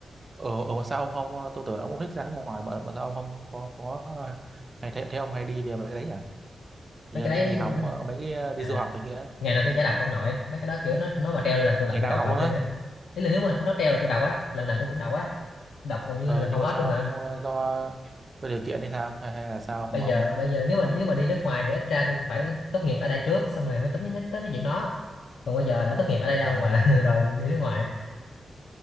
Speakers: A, on the right; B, on the left.
A: ở ở mà sao ông không à, tôi tưởng là ông cũng thích ra nước ngoài mà mà sao ông không có có à, hay thế, thế ông hay đi về mấy cái đấy nhỉ giờ
B: mấy cái
A: đi
B: đấy
A: đi hóng
B: như là-
A: à, mấy cái à, đi
B: à,
A: du học này kia
B: ngày nào tôi chả đọc ông nội mấy cái đó kiểu nó nó mà treo lên là tôi lại
A: ngày
B: tôi
A: nào
B: đọc
A: cũng đọc
B: đầu
A: luôn á
B: tiên á ý là nếu mà nó treo là tôi đọc á lần nào tôi cũng đọc á đọc gần như
A: ờ
B: là hầu
A: nhưng mà
B: hết
A: sao
B: luôn
A: ông
B: mà
A: à, do do điều kiện hay sao hay hay là sao
B: bây
A: mà
B: giờ
A: ông
B: bây giờ nếu mà
A: không
B: nếu mà đi nước ngoài thì ít ra tôi phải tốt nghiệp ở đây trước xong rồi mới tính mới tới mấy chuyện đó còn bây giờ đã tốt nghiệp ở đây đâu
A: à
B: mà <laughs> đòi đi nước ngoài